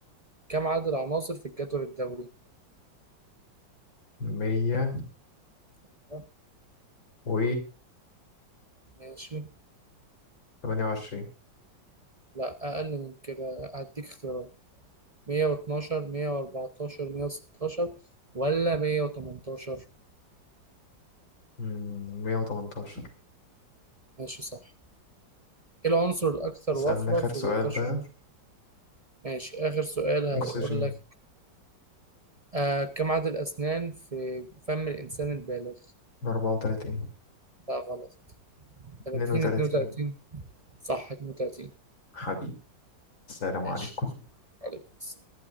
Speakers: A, on the right (about 30°); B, on the left (about 85°).
A: كم عدد العناصر في الجدول الدوري
B: مية
A: أيوة،
B: و
A: ماشي
B: تمانية وعشرين
A: لا أقل من كده هديك اختيارات 112 114 116 ولا 118
B: مية وتمنتاشر
A: ماشي صح إيه العنصر الأكثر
B: سألنا
A: وفرة
B: آخر
A: في
B: سؤال
A: القشر
B: بقى
A: ماشي آخر سؤال هيقول
B: أكسجين
A: لك آه كم عدد الأسنان في فم الإنسان البالغ
B: من 34
A: لا غلط
B: 32
A: 30 32 صح 32
B: حبيبي السلام
A: ماشي
B: عليكم
A: عليكم السلام